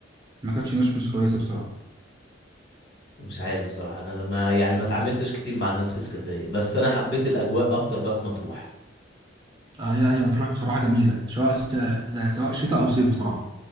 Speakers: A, on the right; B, on the left.
A: ما كانتش ناس مش كويسه بصراحه
B: مش عارف بصراحه انا لما يعني ما اتعاملتش كتير مع الناس في اسكندريه بس انا حبيت الاجواء اكتر بقى في مطروح
A: آه، هي هي مطروح بصراحه جميله سواء س- سواء شتاء او صيف بصراحه